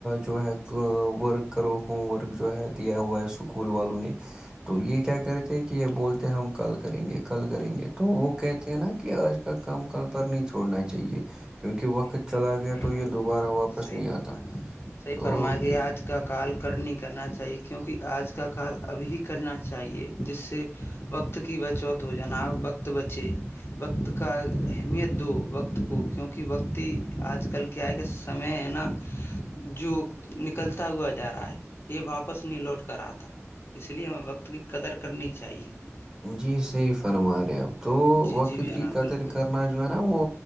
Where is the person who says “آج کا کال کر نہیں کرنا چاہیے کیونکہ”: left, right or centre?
Left